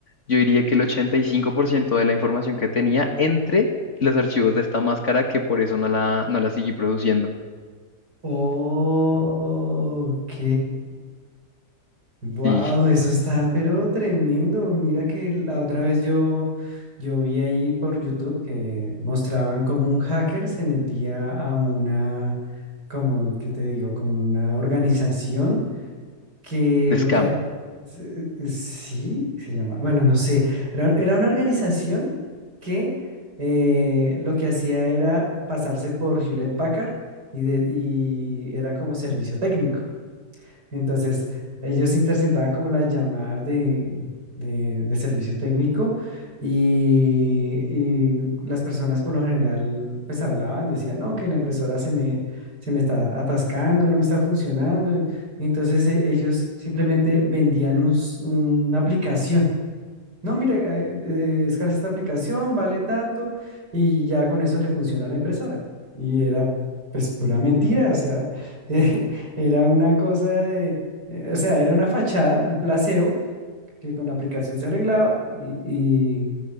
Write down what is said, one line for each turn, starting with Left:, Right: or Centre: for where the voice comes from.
Left: yo diría que el 85% de la información que tenía entre los archivos de esta máscara, que por eso no la, no la seguí produciendo.
Right: Oh, Ok. Wow,
Left: Y
Right: eso está, pero tremendo. Mira que la otra vez yo, yo vi ahí por YouTube que mostraban como un hacker se metía a una, como, ¿qué te digo? Como una organización que
Left: de
Right: lo
Left: scam.
Right: que... ha- s- eh, eh, Sí, se llama. Bueno, no sé. Era, era una organización que eh, lo que hacía era pasarse por Hewlett Packard y, de- y era como servicio técnico. Entonces, ellos interceptaban como las llamadas de, de- de servicio técnico y, y las personas por lo general pues hablaban, decían, no, que la impresora se me, se me está atascando, no me está funcionando. Entonces, e- ellos simplemente vendían un s- una aplicación no, mira, eh, eh, descarga esta aplicación, vale tanto, y ya con eso le funciona a la impresora. Y era pues pura mentira, o sea, <laughs> eh, era una cosa de, eh, o sea, era una fachada, un placebo que con la aplicación se arreglaba y, y-